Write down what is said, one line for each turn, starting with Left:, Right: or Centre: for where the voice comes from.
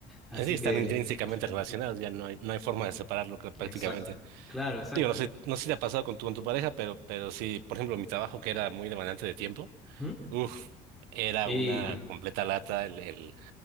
Centre: Así
Right: Sí, están
Centre: que.
Right: intrínsecamente relacionadas,
Centre: Así-
Right: ya no hay, no hay forma de separarlo que- prácticamente.
Centre: Exacto. Claro, exacto.
Right: Digo, no sé, no sé si te ha pasado con tu, con tu pareja, pero, pero sí, por ejemplo, mi trabajo que era muy demandante de tiempo,
Centre: ¿Mm?
Right: uff, era
Centre: Y
Right: una
Centre: bueno,
Right: completa lata el, el,